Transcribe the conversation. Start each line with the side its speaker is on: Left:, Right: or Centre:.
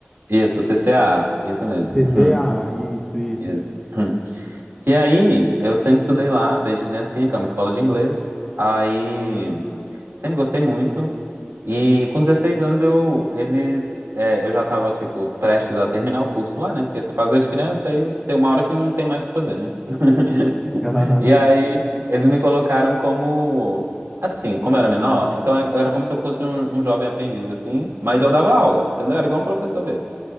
Right: Isso, CCAA. Isso mesmo.
Centre: C
Right: Hum.
Centre: AA, A A, isso, isso.
Right: Isso. Hum. E aí, eu sempre estudei lá desde criancinha, que é uma escola de inglês. Aí. Sempre gostei muito. E com 16 anos eu eles é, eu já tava tipo prestes a terminar o curso lá, né? Porque você faz desde criança e tem uma hora que não tem mais o que fazer, né? <laughs>
Centre: <laughs>
Right: E aí eles me colocaram como assim, como eu era menor, então eu era como se eu fosse um, um jovem aprendiz assim, mas eu dava aula, entendeu? Era igual um professor mesmo.